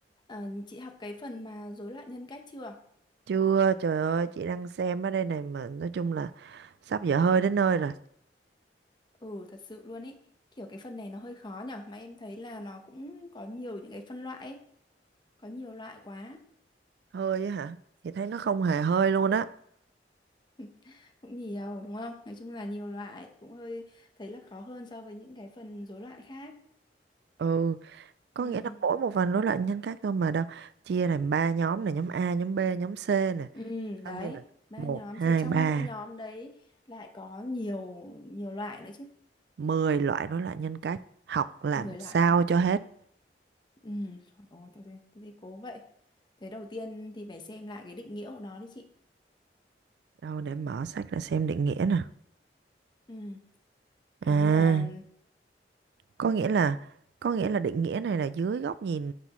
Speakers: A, on the left (about 25°); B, on the right (about 65°).
A: Ờ, chị học cái phần mà rối loạn nhân cách chưa?
B: Chưa, trời ơi, chị đang xem ở đây này mà nói chung là sắp dở hơi đến nơi rồi.
A: Ừ, thật sự luôn ý. Kiểu cái phần này nó hơi khó nhở, mà em thấy là nó cũng có nhiều những cái phân loại ấy, có nhiều loại quá.
B: Hơi á hả? Chị thấy nó không hề hơi luôn á.
A: <laughs> Cũng nhiều đúng không? Nói chung là nhiều loại, cũng hơi thấy là khó hơn so với những cái phần rối loạn khác.
B: Ừ, có
A: Ừ.
B: nghĩa là mỗi một phần rối loạn nhân cách thôi mà đâu. Chia làm ba nhóm này, nhóm A, nhóm B, nhóm C nè.
A: Ừ, đấy,
B: Bao nhiêu nè?
A: ba
B: một
A: nhóm
B: hai
A: rồi trong
B: ba
A: mỗi nhóm đấy lại có nhiều nhiều loại nữa chứ.
B: mười loại rối loạn nhân cách. Học làm
A: mười loại
B: sao
A: cơ à?
B: cho hết.
A: Ừ, trời ơi, thế thì thế thì cố vậy. Thế đầu tiên thì phải xem lại cái định nghĩa của nó đi chị.
B: Đâu để mở sách ra xem định nghĩa nè.
A: Ừ. kiểu
B: À,
A: như là
B: có nghĩa là có nghĩa là định nghĩa này là dưới góc nhìn